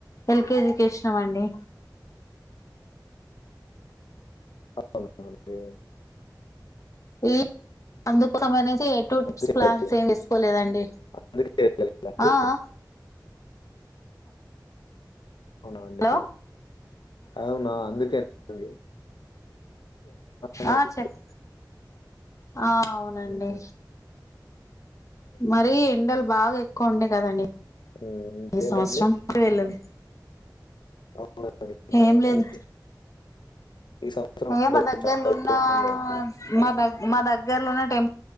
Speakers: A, on the left (about 45°); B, on the left (about 85°).
A: ఎల్కేజీ కి ఏషినం అండి
B: అవునా అండి
A: ఈ అందుకోసమనేసి ఎటూ ట్రిప్స్
B: అందుకే
A: ప్లాన్స్
B: వెళ్ళలేదా?
A: ఏం వేసుకోలేదండి
B: అందుకే వెళ్ళలేదా అండి?
A: ఆ ఆ
B: అవునా అండి
A: హలో
B: అవునా అందుకే అందుకేనా అనేసి
A: ఆ చెప్ ఆ అవునండి
B: చెప్తాను
A: మరీ ఎండలు బాగా ఎక్కువ ఉండే కదండి
B: హ్మ్.
A: ఈ
B: ఏంటండి?
A: సంవత్సరం కె వెళ్ళలే
B: అవునండి.
A: ఏం లేదు
B: ఈ ఈ సంవత్సరం
A: ఏ
B: ఎండలు
A: మా దగ్గర్లున్నా
B: చాలా ఎక్కువ ఉందండి.
A: మా దగ్గ మా దగ్గర్లున్న టెంపు